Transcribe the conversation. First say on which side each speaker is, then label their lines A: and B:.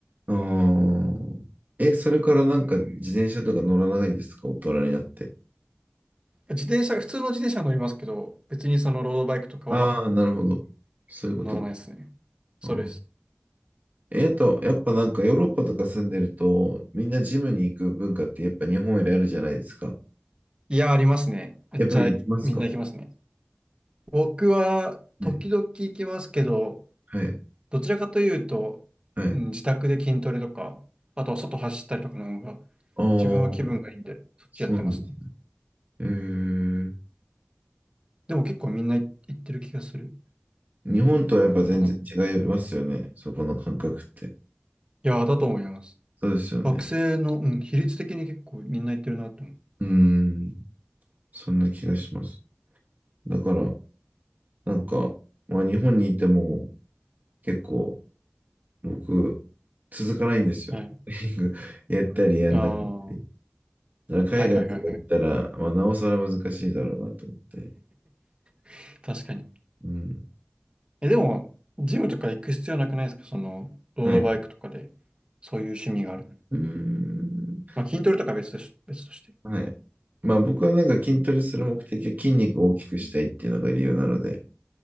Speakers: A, on the right (about 40°); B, on the right (about 25°).
A: あーえ、それからなんか自転車とか乗らないですか大人になって。
B: 自転車、普通の自転車は乗りますけど、別にそのロードバイクとかは
A: ああ、なるほど。そういうことか。
B: 乗らないですね。そうです。
A: あーえ、あと、やっぱなんかヨーロッパとか住んでると、みんなジムに行く文化ってやっぱ日本よりあるじゃないですか。
B: いや、ありますね。めっちゃみんな行きますね。
A: やっぱり行きますか
B: 僕は時々行きますけど、
A: ね。はい。
B: どちらかというと、
A: はい。
B: うん自宅で筋トレとか、あとは外走ったりとかの方が、
A: ああ、
B: 自分は気分がいいんで、そっちやってますね。
A: そうなんですね。えー、
B: でも結構みんな行ってる気がする。
A: 日本とはやっぱ全然違いますよね。
B: うん
A: そこの感覚って。
B: いや、だと思います。
A: そうですよね。
B: 学生の、うん、比率的に結構みんな行ってるなと思
A: うーん、そんな気がします。だから、なんか、まあ、日本にいても結構僕、続かないんですよ。
B: う。はい。
A: <laughs> やったりやんなかったり。
B: ああ、は
A: だから海外とか行ったら、
B: いはいはいはい。
A: まあ、なおさら難しいだろうなと思って。
B: <laughs> 確かに。
A: うん。
B: え、でも、ジムとか行く必要なくないですかその、ロードバイクとかで、
A: はい。う
B: そういう趣味があるの。
A: ーん。
B: まあ、筋トレとかは別とし、別として。
A: はい。まあ僕はなんか筋トレする目的は筋肉を大きくしたいっていうのが理由なので、